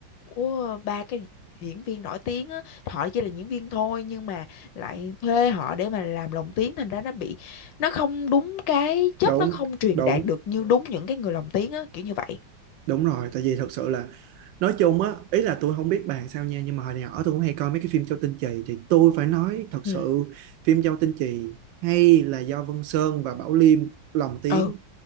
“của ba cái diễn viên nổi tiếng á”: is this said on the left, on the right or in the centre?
Left